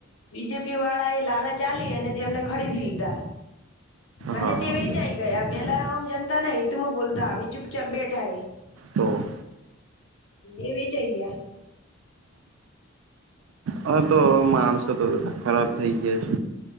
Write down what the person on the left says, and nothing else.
બીજેપી વાળા એ લાલચ આલી અને તેમને ખરીદી લીધા. અને
તે વેચાઈ ગયા પહેલા ઓમ જનતાના હિત માં બોલતા હવે ચુપચાપ બેઠાય
એ વેચાઈ ગયા